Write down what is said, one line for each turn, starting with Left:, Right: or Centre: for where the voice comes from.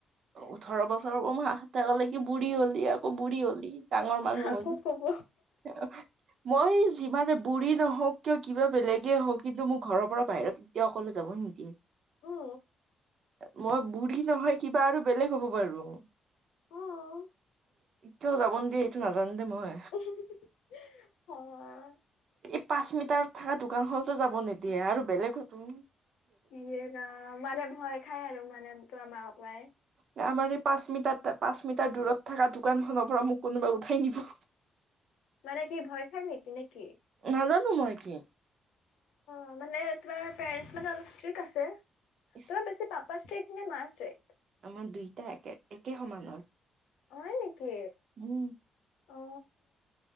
Right: ওঠৰ বছৰৰ
Left: সেইটোৱে
Right: পৰা মই অহাতলৈকে বুঢ়ী হ'লি আৰু। ক বুঢ়ী হলি, ডাঙৰ মানুহ
Left: আকৌ
Right: হলি। তেনেকুৱাই-
Left: ক'ব
Right: মই যিমানে বুঢ়ী নহওঁক কিয়, কিবা বেলেগেই হওঁক। কিন্তু মোৰ ঘৰৰ পৰা বাহিৰত কেতিয়াও অকলে যাবই নিদিয়ে।
Left: উম্,
Right: মই বুঢ়ী নহয়, কিবা আৰু বেলেগ হ'ব পাৰোঁ।
Left: অ'।
Right: কিয় যাব নিদিয়ে, এইটো নাজানোঁ দে মই।
Left: হয়।
Right: এই পাঁচ মিটাৰত থকা দোকানখনতো যাব নিদিয়ে আৰু বেলেগটো
Left: ইয়ে ৰাম, মানে ভয় খায় আৰু মানে তোমাৰ মা-পাপায়ে।
Right: তাৰমানে, পাঁচ মিটাৰতে পাঁচ মিটাৰ দূৰত থকা দোকানখনৰ পৰা মোক কোনোবাই উঠাই নিব।
Left: মানে কি? ভয় খায় নেকি? নে নেকি?
Right: নাজানোঁ মই কি?
Left: তোমাৰ মানে, তোমাৰ পেৰেণ্টছ স্ত্ৰিক্ট আছে।
Right: ইচ
Left: তোমাৰ বেছি পাপা স্ত্ৰিক্ট নে মা স্ত্ৰিক্ট?
Right: আমাৰ দুইটা একে, একে সমানৰ।
Left: হয় নেকি?
Right: উম্।
Left: অ